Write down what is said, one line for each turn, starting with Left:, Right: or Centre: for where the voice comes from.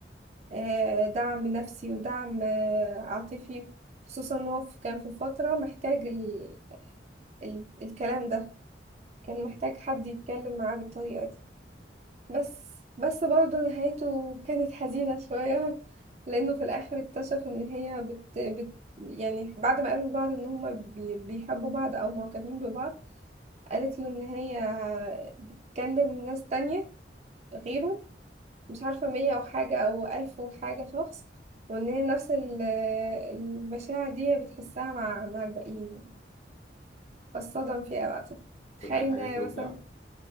Right: آه، دعم نفسي ودعم آه، عاطفي خصوصا إن هو في- كان في فترة محتاج ال... ال... الكلام ده كان
Left: مهم.
Right: محتاج حد يتكلم معاه بالطريقة دي بس بس برضه نهايته كانت حزينة شوية <laughs> لأنه في الآخر اكتشف إن هي بت... بت... يعني بعد ما قابلوا بعض إن هما بي... بيحبوا بعض أو معجبين ببعض قالت له إن هي بتكلم ناس تانية غيره مش عارفة مية وحاجة أو ألف وحاجة شخص وإن هي نفس ال- المشاعر دي بتحسها مع مع الباقيين فالصدم فيها بقى طبعاً.
Left: تصدق
Right: خاينة
Left: حاجه توجع
Right: مثلا